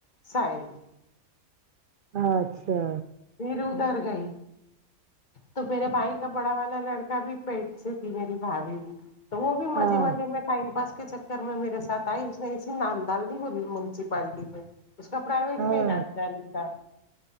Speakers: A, on the left; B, on the right.
A: سائن
B: اچھا
A: پھر ادھر گئی تو میرے بھائی کا بڑا والا لڑکا بھی پیٹ سے تھی میری بھابھی تو وہ بھی مزے
B: ہاں
A: مزے میں ٹائم پاس کے چکر میں میرے ساتھ آئی اس نے ایسی نام ڈال دی ہو منسیپالٹی میں اس کا پرائیویٹ
B: ہاں
A: میں علاج چالو تھا